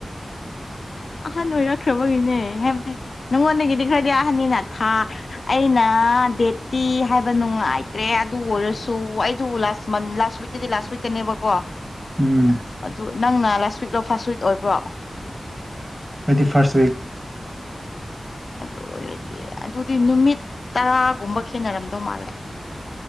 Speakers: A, on the left; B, on the right.
A: ꯑꯍꯟ ꯑꯣꯏꯔꯛꯈ꯭ꯔꯥꯕꯒꯤꯅꯦ ꯍꯥꯏꯕꯗꯤ ꯅꯪꯉꯣꯟꯗꯒꯤꯗꯤ ꯈꯔꯗꯤ ꯑꯍꯟꯅꯤꯅ ꯊꯥ ꯑꯩꯅ ꯗꯦꯠꯇꯤ ꯍꯥꯏꯕ ꯅꯨꯡꯉꯥꯏꯇ꯭ꯔꯦ ꯑꯗꯨ ꯑꯣꯏꯔꯁꯨ ꯑꯩꯗꯨ ꯂꯥꯁ ꯃꯟ ꯂꯥꯁ ꯋꯤꯛ ꯁꯤꯗꯤ ꯂꯥꯁ ꯋꯤꯛꯇꯅꯦꯕꯀꯣ
B: ꯎꯝ
A: ꯑꯗꯨ ꯅꯪꯅ ꯂꯥꯁ ꯋꯤꯛꯂꯣ ꯐꯥꯔꯁꯠ ꯋꯤꯛ ꯑꯣꯏꯕ꯭ꯔꯣ
B: ꯑꯩꯗꯤ ꯐꯔꯁ ꯋꯤꯛ
A: ꯑꯗꯨ ꯑꯣꯏꯔꯗꯤ ꯑꯗꯨꯗꯤ ꯅꯨꯃꯤꯠ ꯇꯔꯥꯒꯨꯝꯕ ꯈꯦꯠꯅꯔꯝꯗꯧ ꯃꯥꯜꯂꯦ